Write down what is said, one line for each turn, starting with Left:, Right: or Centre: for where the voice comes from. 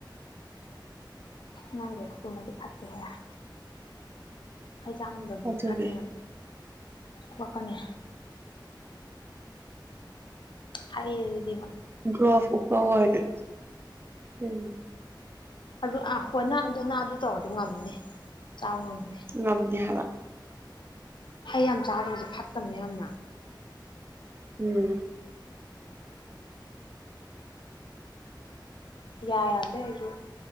Left: ꯅꯪꯒꯦ ꯇꯨ ꯃꯗꯤ ꯐꯠꯇ ꯍꯥꯏ ꯍꯩꯖꯥꯡꯗꯕꯗꯨꯗꯤ
Right: ꯑꯗꯨꯅꯦ
Left: ꯐꯠꯇꯦꯅ ꯣꯛꯂꯥꯛꯀꯅꯤ ꯍꯥꯏ ꯍꯥꯏ
Right: ꯭ꯂꯣꯚ ꯎ ꯑꯣꯏꯅꯦ ꯎꯝ
Left: ꯑꯗꯨ ꯑꯍꯅ ꯅ ꯑꯗꯨ ꯇꯣꯅꯤꯦ ꯇꯥꯕ ꯉꯝꯃꯦ
Right: ꯉꯝꯗꯦ ꯍꯥꯏꯕ
Left: ꯍꯩ ꯌꯥꯝ ꯆꯥꯗꯕꯁꯦ ꯐꯠꯇꯕꯅꯦ ꯌꯥꯝꯅ
Right: ꯎꯝ
Left: ꯌꯥ ꯌꯥꯗꯦ ꯑꯩꯁꯨ